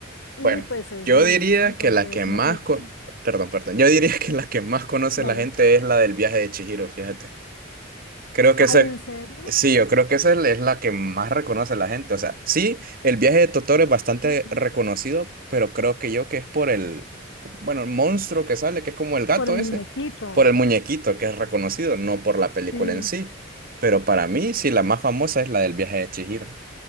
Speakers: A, on the left (about 75°); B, on the right (about 50°).
A: y
B: Bueno,
A: pues es
B: yo
A: divina,
B: diría
A: ¿no? Entonces
B: que la que más
A: uno piensa,
B: con... Perdón, perdón. Yo diría que la que más conoce
A: dale,
B: la gente es la del viaje de Chihiro, fíjate. Creo que
A: ay,
B: esa...
A: ¿en serio?
B: Sí, yo creo que esa es la que más reconoce la gente. O sea, sí, el viaje de Totoro es bastante
A: Bueno,
B: reconocido, pero creo que yo que es por el... Bueno, el monstruo que sale, que es como el gato
A: por el muñequito,
B: ese, por el muñequito que es reconocido, no por la película
A: sí.
B: en sí. Pero para mí, sí, la más famosa es la del viaje de Chihiro.